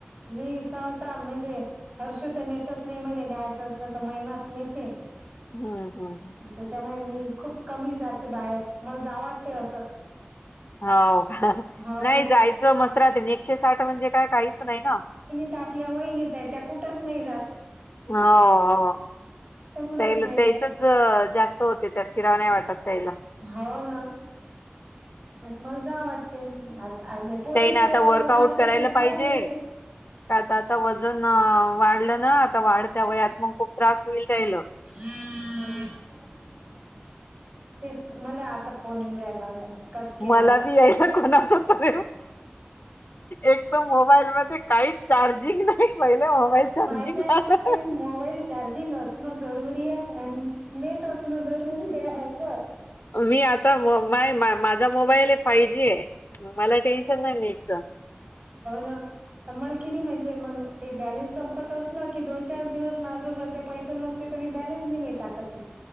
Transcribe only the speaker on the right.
मी सहसा म्हणजे हर्ष तर नेतच नाही म्हले न्यायचंच नाही तर महिमाच नेते.
त्याच्यामुळे मी खूप कमी जाते बाहेर मला जावटते असं
हो
ना
त्या आपल्या वहिनीच आहे त्या कुठंच नाही जात.
ते कुठच
नाही
जात
हो ना. आणि मला जा वाटते पोरीसोर
जाते
आणि
खाऊन येते.
हम्म तेच मला आता फोन येऊ रा्यायला होता. कट केला
आता
माहित आहे
तेच मोबाईल चार्जिंग असणं जरुरी आहे आणि नेट असणं जरुरी आहे बर
ह आम्हाला की नी म्हणजे मग ते बॅलेन्स संपत असलं, की दोन चार दिवस माझो सध्या पैसे नसते तर मी बॅलेन्स बी नाही टाकत मग.